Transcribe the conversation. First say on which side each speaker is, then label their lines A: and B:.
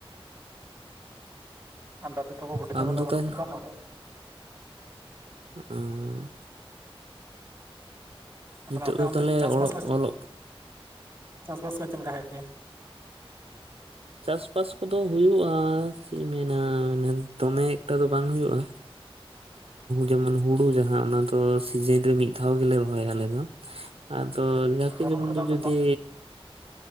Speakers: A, on the right; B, on the right.
A: ᱟᱨ ᱫᱟᱫᱩ ᱛᱟᱠᱚ ᱵᱩᱰᱤ
B: ᱟᱢ
A: ᱛᱟᱠᱚ ᱫᱚ
B: ᱛᱟᱦᱚᱞᱮ
A: ᱵᱟᱹᱱᱩᱜ ᱠᱚᱣᱟ ᱛᱚ᱾
B: ᱟ ᱱᱤᱛᱚᱜ
A: ᱛᱟᱦᱞᱮ ᱟᱯᱮ
B: ᱫᱚ ᱛᱟᱦᱚᱞᱮ
A: ᱚᱱᱛᱮ ᱪᱟᱥᱵᱟᱥ,
B: ᱚᱞᱚᱜ ᱚᱞᱚᱜ
A: ᱪᱟᱥᱵᱟᱥ ᱠᱚ ᱪᱮᱫ ᱞᱮᱠᱟ ᱦᱳᱭᱳᱜ ᱜᱮᱭᱟ?
B: ᱪᱟᱥᱵᱟᱥ ᱠᱚᱫᱚ ᱦᱳᱭᱳᱜᱼᱟ ᱾ ᱪᱮᱫ ᱤᱧ ᱢᱮᱱᱟ ᱫᱚᱢᱮ ᱮᱠᱴᱟ ᱫᱚ ᱵᱟᱝ ᱦᱳᱭᱳᱜᱼᱟ᱾ ᱡᱮᱢᱚᱱ ᱦᱩᱲᱩ ᱡᱟᱦᱟᱸ ᱚᱱᱟ ᱫᱚ ᱥᱤᱡᱤᱱ ᱨᱮ ᱢᱤᱫ ᱫᱷᱟᱣ ᱜᱮᱞᱮ ᱨᱚᱦᱚᱭᱟ ᱟᱞᱮ ᱫᱚ᱾ ᱟᱫᱚ ᱡᱟᱠᱮ
A: ᱫᱷᱚᱨᱚᱱ
B: ᱡᱮᱢᱚᱱ
A: ᱠᱚᱫᱚ
B: ᱫᱚ ᱡᱩᱫᱤ
A: ᱫᱟᱜ